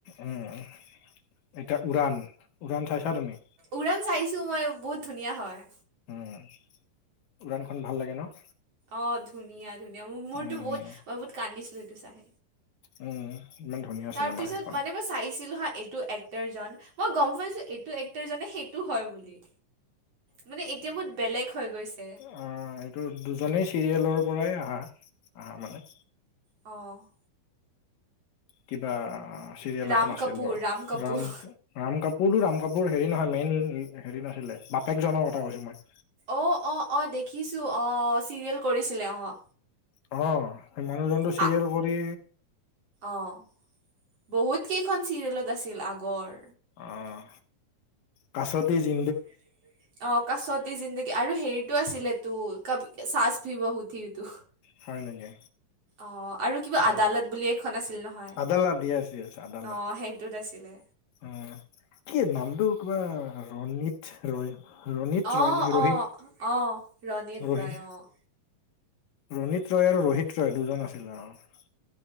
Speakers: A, on the left; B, on the right.
A: উম, এতিয়া উৰাণ, উৰাণ চাইছা তুমি?
B: উৰাণ চাইছো মই বহুত ধুনীয়া হয়।
A: উম, উৰানখন ভাল লাগে ন।
B: অ', ধুনীয়া, ধুনীয়া মোৰতো
A: উম
B: বহুত মই বহুত কান্দিছিলো এইটো চাই।
A: উম। ইমান ধুনীয়া
B: তাৰপিছত
A: চিনেমা সেইখন
B: মানে মই চাইছিলো হা এইটো এক্টাৰজন, মই গম পাইছো এইটো এক্টাৰজনে সেইটো হ'য় বুলি। মানে এতিয়া বহুত বেলেগ হৈ গৈছে।
A: উম, এইটো দুজনেই চিৰিয়েলৰ পৰাই আহা, আহা মানে।
B: অ'।
A: কিবা চিৰিয়েল
B: ৰাম
A: এখন আছিল
B: কাপুৰ
A: ৰ,
B: কাপুৰ
A: ৰাম ৰাম কাপোৰো, ৰাম কাপোৰ হেৰি নহয়, মেইন হেৰি নাছিলে, বাপেকজনৰ কথা কৈছো মই।
B: অ', অ' অ' দেখিছো অ', চিৰিয়েল কৰিছিলে অ',।
A: অ'। <unintelligible>
B: <unintelligible>
A: কৰি
B: অ', বহুত কেইখন চিৰিয়েলত আছিল আগৰ।
A: অ'। কাছতি যিন
B: কাছতি জিনদেগি। অ-, কাছতি জিন্দগী আৰু হেৰিতটো আছিলে তো ক চাচ ভি বহু ঠি টো।
A: হয় নেকি?
B: অ' আৰু কিবা
A: অ
B: আদালত বুলি এখন আছিল নহয়।
A: আদালত য়েছ য়েছ আদালত
B: অ' সেইটোত আছিলে।
A: উম, কি নামটো কিবা ৰনিত ৰয়। ৰণিত
B: অ',
A: ৰয় নে ৰোহিত
B: অ', অ', ৰণিত
A: ৰোহিত
B: ৰয়, অ',।
A: ৰণিত ৰয় আৰু ৰোহিত ৰয় দুজন আছিলে অ'।